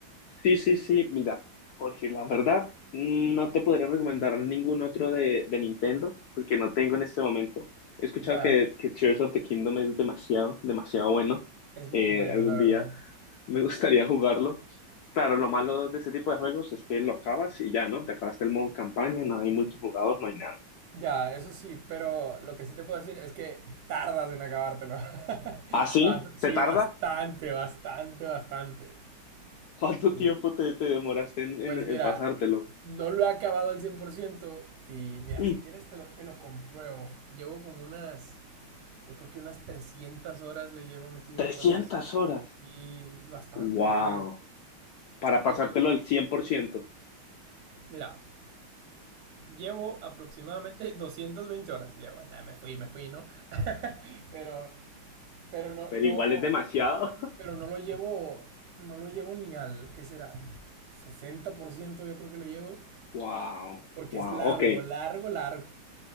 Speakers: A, on the left; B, on the right.
A: Sí, sí, sí, mira, Jorge, la verdad, no te podría recomendar ningún otro de, de Nintendo, porque no tengo en este momento. He escuchado
B: Ya,
A: que, que Tears of the Kingdom es demasiado, demasiado bueno.
B: es muy
A: Eh,
B: bueno,
A: algún
B: la verdad.
A: día me gustaría jugarlo. Claro, lo malo de este tipo de juegos es que lo acabas y ya, ¿no? Te acabaste el modo campaña, no hay multijugador, no hay nada.
B: Ya, eso sí, pero lo que sí te puedo decir es que tardas en acabártelo. <laughs>
A: ¿Ah, sí?
B: Ba-
A: ¿Se
B: Sí,
A: tarda?
B: bastante, bastante, bastante.
A: ¿Cuánto
B: Sí.
A: tiempo te, te demoraste en, en-
B: Pues mira,
A: en pasártelo?
B: no lo he acabado al 100% y mira,
A: Mm,
B: si quieres te lo, te lo compruebo. Llevo como unas, yo creo que unas 300 horas le llevo metido,
A: trescientas
B: 400.
A: horas.
B: Y bastante,
A: Wow.
B: te digo.
A: Para
B: Pero
A: pasártelo
B: te-
A: al 100%.
B: mira, llevo aproximadamente <laughs> 220 horas. Llevo, nada, me fui, me fui, ¿no? <laughs> Pero, pero no,
A: Pero
B: no,
A: igual es demasiado.
B: pero
A: <laughs>
B: no lo llevo, no lo llevo ni al, ¿qué será? sesenta por ciento yo creo que lo llevo,
A: Wow.
B: porque
A: Wow.
B: es largo,
A: Ok.
B: largo, largo.